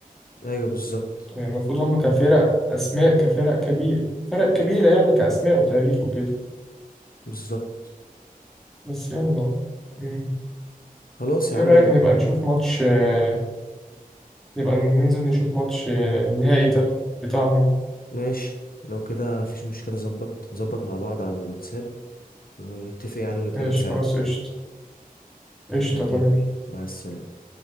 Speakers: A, on the left; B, in the centre.
A: ايوه بالظبط
B: يعني المفروض هم كفرق اسماء كفرق كبير فرق كبيرة يعني كاسماء وتاريخ وكده
A: بالظبط
B: بس يلا مم.
A: خلاص يا
B: ايه
A: عم
B: رأيك
A: لو
B: نبقى
A: كده
B: نشوف ماتش آه، نبقى ننزل نشوف ماتش آه، النهائي ده بتاعهم
A: ماشي لو كده مفيش مشكله ظبط نظبط مع بعض على الواتساب ونتفق يعني ونتقابل
B: ماشي
A: ساعتها
B: خلاص قشطة قشطة
A: تمام
B: تمام
A: يا كبير مع السلامه